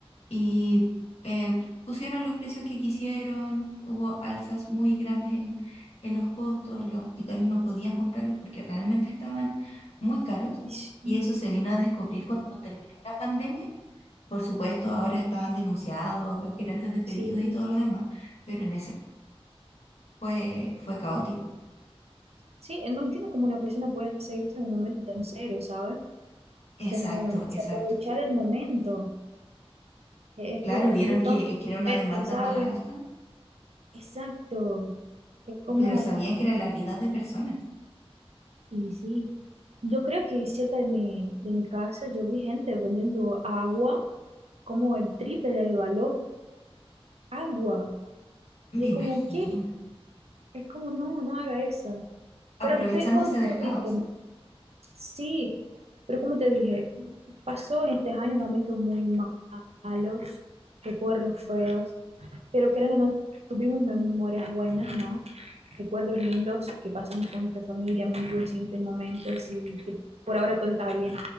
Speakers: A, on the left; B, on the right.
A: y eh, pusieron los precios que quisieron, hubo alzas muy grandes en, en los costos, los hospitales no podían comprarlos porque realmente estaban muy caros
B: Y Sí,
A: y eso se vino a descubrir cuando terminó la pandemia. Por supuesto, ahora estaban denunciados los gerentes despedidos
B: sí,
A: y todo lo demás pero en ese fue, fue caótico.
B: sí, no entiendo cómo una persona puede hacer esto en un momento tan serio, ¿sabes?
A: Exacto,
B: Como
A: exacto.
B: aprovechar el momento, eh,
A: Claro,
B: todo,
A: vieron
B: todo tan
A: que, que era una
B: feo,
A: demanda
B: ¿sabes?
A: más alta,
B: Exacto, es como
A: pero sabían que eran las vidas de personas.
B: Y sí, yo creo que cerca de mi, de mi casa yo vi gente vendiendo agua como el triple del valor. Agua. Y
A: Me
B: es como,
A: imagino.
B: ¿qué? Es como, no, no haga eso.
A: Aprovechándose
B: Pero te, como te
A: del caos.
B: dije, sí, pero como te dije, pasó en estos años momentos muy ma- malos, recuerdos feos, pero creo que no tuvimos memorias buenas, ¿no? Recuerdos lindos que pasamos con nuestra familia, amigos en estos momentos y que por ahora todo está bien.